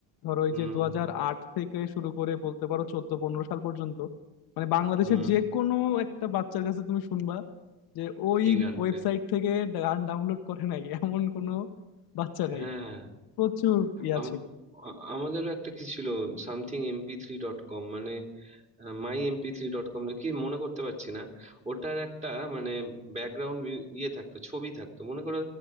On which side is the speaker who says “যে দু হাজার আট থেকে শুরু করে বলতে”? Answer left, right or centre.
Left